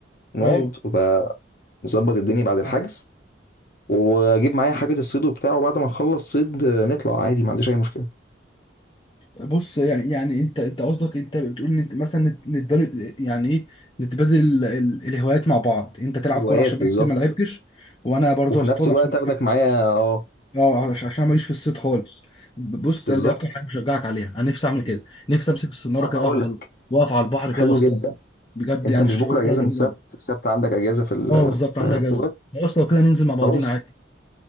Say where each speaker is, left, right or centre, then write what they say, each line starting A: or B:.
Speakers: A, on the left; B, on the left.
A: نقعد
B: ايوه
A: ونبقى نظبط الدنيا بعد الحجز واجيب معايا حاجه الصيد وبتاع وبعد ما نخلص صيد آه، نطلع عادي ما عنديش اي مشكله
B: بص يعني يعني انت انت قصدك انت بتقول ان انت مثلا نت- نتبادل يعني ايه نتبادل ال- ال- الهوايات مع بعض انت تلعب
A: هوايات
B: كوره عشان بقى
A: بالظبط
B: كتير ما لعبتش وانا برضه
A: وفي
B: اصطاد
A: نفس الوقت
B: عشان
A: اخدك معايا اه
B: اه عش- عشان ماليش في الصيد خالص ب- بص
A: بالظبط
B: انا دي اكتر حاجه بشجعك عليها انا نفسي اعمل كده نفسي امسك الصناره
A: طب
B: كده
A: اقول
B: واقف على
A: لك
B: واقف على البحر كده
A: حلو
B: واصطاد
A: جدا
B: بجد
A: انت
B: يعني
A: مش
B: الشعور
A: بكره
B: ده
A: اجازه
B: جميل
A: من السبت
B: أوي.
A: السبت عندك اجازه في ال...
B: اه بالظبط
A: في
B: عندها جزء
A: في الوقت
B: خلاص لو كده ننزل مع بعضينا
A: خلاص
B: عادي